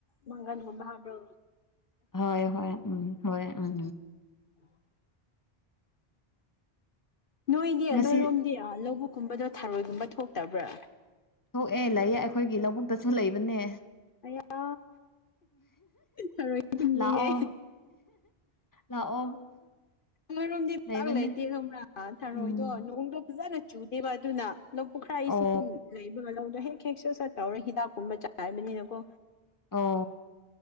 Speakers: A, on the left; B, on the left.
A: ꯃꯪꯒꯟꯒꯨꯝꯕ ꯍꯥꯞꯄ꯭ꯔꯣ
B: ꯍꯣꯏ ꯍꯣꯏ ꯎꯝ ꯍꯣꯏ ꯑ
A: <unintelligible> ꯅꯣꯏꯗꯤ
B: ꯉꯁꯤ
A: ꯅꯣꯏꯔꯣꯝꯗꯤ ꯂꯧꯕꯨꯛꯀꯨꯝꯕꯗꯣ ꯊꯥꯔꯣꯏꯒꯨꯝꯕ ꯊꯣꯛꯇꯕ꯭ꯔꯥ
B: ꯊꯣꯛꯑꯦ ꯂꯩꯌꯦ ꯑꯩꯈꯣꯏꯒꯤ ꯂꯧꯕꯨꯛꯇꯁꯨ ꯂꯩꯕꯅꯦ
A: ꯑꯌꯥ ꯊꯔꯣꯏꯒꯨꯝꯅꯤꯍꯦ
B: ꯂꯥꯛꯑꯣ ꯂꯥꯛꯑꯣ
A: ꯅꯣꯏꯔꯣꯝꯗꯤ
B: ꯂꯩꯕꯅꯦ
A: ꯄꯥꯛ ꯂꯩꯇꯦ ꯈꯪꯕ꯭ꯔꯥ ꯊꯔꯣꯏꯗꯣ
B: ꯎꯝ
A: ꯅꯣꯡꯗꯣ ꯐꯖꯅ ꯆꯨꯗꯦꯕ ꯑꯗꯨꯅ ꯂꯧ ꯄꯨꯈ꯭ꯔꯥ ꯏꯁꯤꯡ
B: ꯑꯣ
A: ꯂꯩꯕꯒ ꯂꯧꯗꯣ ꯍꯦꯛ ꯍꯦꯛꯆꯠ ꯁꯠꯠꯇꯧꯔ ꯍꯤꯗꯥꯛꯀꯨꯝꯕ ꯆꯥꯛꯥꯏꯕꯅꯤꯅꯀꯣ
B: ꯑꯣ